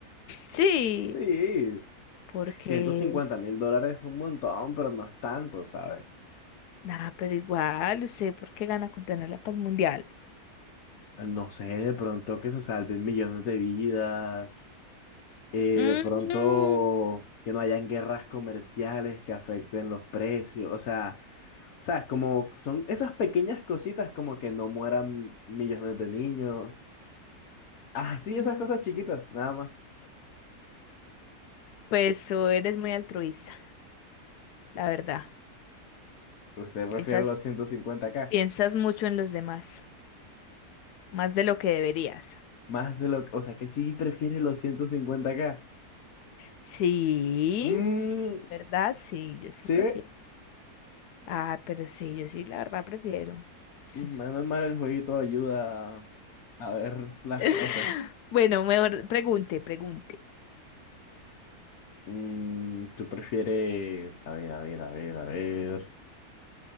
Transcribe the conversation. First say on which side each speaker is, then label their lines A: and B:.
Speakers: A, on the left; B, on the left.
A: Sí,
B: Sí, es-
A: porque...
B: ay, 150 mil dólares es un montón, pero no es tanto, ¿sabes?
A: Nah, pero igual, usted, ¿por qué gana con tener la paz mundial?
B: No sé, de pronto que se salven millones de vidas, eh,
A: Mm,
B: de pronto que no hayan guerras comerciales que afecten los precios, o sea, o sea, es como son esas pequeñas cositas como que no mueran millones de niños, ah, sí, esas
A: mm.
B: cosas chiquitas,
A: <laughs>
B: nada más.
A: Pues tú eres muy altruista, la verdad.
B: Usted
A: Piensas,
B: prefiere los ciento cincuenta k
A: piensas mucho en los demás, más de lo que deberías.
B: más de lo, o sea, que sí prefiere los ciento cincuenta k
A: Sí,
B: Mm,
A: ¿verdad? Sí, yo sí
B: sí,
A: prefiero. Ah, pero sí, yo sí, la verdad prefiero. Sí.
B: Mm, Menos mal mal, el jueguito ayuda a a ver las
A: <laughs>
B: cosas.
A: Bueno, mejor pregunte, pregunte.
B: Mm, ¿tú prefieres? A ver, a ver, a ver, a ver.